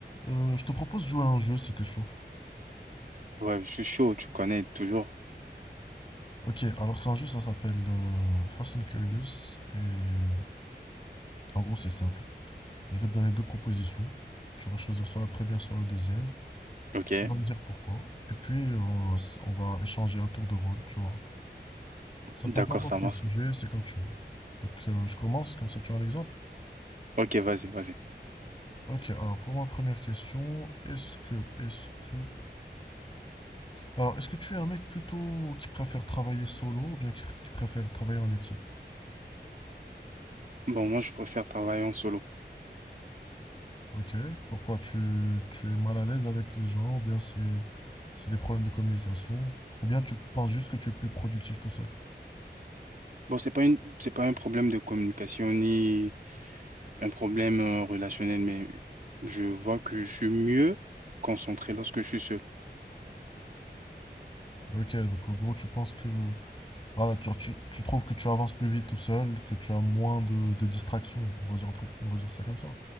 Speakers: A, on the left; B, on the right.
A: Euh, je te propose de jouer à un jeu si t'es chaud.
B: Ouais, je suis chaud, tu connais toujours.
A: Ok, alors c'est un jeu, ça s'appelle euh, Fast and Curious. Et euh, en gros, c'est simple. Je vais te donner deux propositions. Tu vas choisir soit la première, soit la deuxième.
B: Ok,
A: Tu vas me dire pourquoi. Et puis, euh, on, va échanger à tour de rôle, tu vois. Ça
B: d'accord,
A: peut être n'importe
B: ça marche.
A: quel sujet, c'est comme tu veux. Donc, euh, je commence, comme ça tu as un exemple.
B: Ok, vas-y, vas-y.
A: Ok, alors pour ma première question, est-ce que, est-ce que... Alors, est-ce que tu es un mec plutôt qui préfère travailler solo ou bien qui qui préfère travailler en équipe?
B: Bon, moi, je préfère travailler en solo.
A: Ok. Pourquoi tu, tu es mal à l'aise avec les gens, ou bien c'est c'est des problèmes de communication, ou bien tu penses juste que tu es plus productif tout seul.
B: Bon, c'est pas une, c'est pas un problème de communication ni un problème euh, relationnel, mais je vois que je suis mieux concentré lorsque je suis seul.
A: Ok, donc en gros, tu penses que voilà, tu, tu, tu trouves que tu avances plus vite tout seul, que tu as moins de, de distractions, on va dire un truc, on va dire ça comme ça.